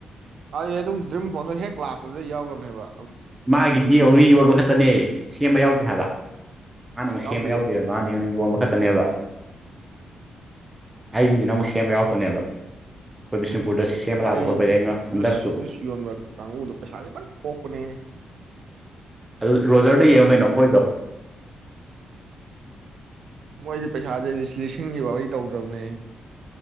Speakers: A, on the right; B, on the right.
A: ꯑꯩ ꯑꯩ ꯑꯗꯨꯝ ꯗ꯭ꯔꯤꯝ ꯐꯣꯟꯗꯣ ꯍꯦꯛ ꯂꯥꯛꯄꯗꯨꯗ ꯌꯥꯎꯔꯕꯅꯦꯕ
B: ꯃꯥꯒꯤꯗꯤ ꯑꯃꯨꯛꯅꯤ ꯌꯣꯟꯕ ꯈꯛꯇꯅꯦ ꯁꯦꯝꯕ ꯌꯥꯎꯗꯦ ꯍꯥꯏꯕ
A: ꯎꯝ
B: ꯃꯥꯅ ꯑꯃꯨꯛ
A: ꯌꯥꯎꯗꯦ
B: ꯁꯦꯝꯕ ꯌꯥꯎꯗꯣꯏꯕ ꯃꯥꯗꯤ ꯅꯪꯒꯤ ꯌꯣꯟꯕ ꯈꯛꯇꯅꯦꯕ ꯑꯩꯒꯤꯁꯤꯅ ꯑꯃꯨꯛ ꯁꯦꯝꯕ ꯌꯥꯎꯗꯅꯦꯕ ꯑꯩꯈꯣꯏ ꯕꯤꯁꯅꯨꯄꯨꯔꯗ ꯁꯦꯝꯕ
A: ꯃꯣꯏ
B: ꯂꯥꯛꯄ ꯈꯣꯠꯄꯁ ꯑꯩꯅ ꯅ ꯁꯦꯝꯗꯔꯛꯇꯨꯕ
A: ꯖꯨꯁ ꯖꯨꯁ ꯌꯣꯟꯕ ꯀꯥꯡꯕꯨꯗꯣ ꯄꯩꯁꯥꯗꯤ ꯐꯖꯟ ꯈꯣꯛꯄꯅꯦꯍꯦ
B: ꯑꯗꯨ ꯔꯣꯖꯔꯗ
A: ꯎꯝ
B: ꯌꯦꯡꯉꯣ ꯀꯩꯅꯣ ꯈꯣꯏꯗꯣ
A: ꯃꯣꯏꯗꯤ ꯄꯩꯁꯥꯁꯦ ꯂꯤꯁꯤꯡꯒꯤ ꯋꯥꯔꯤ ꯇꯧꯗ꯭ꯔꯕꯅꯦ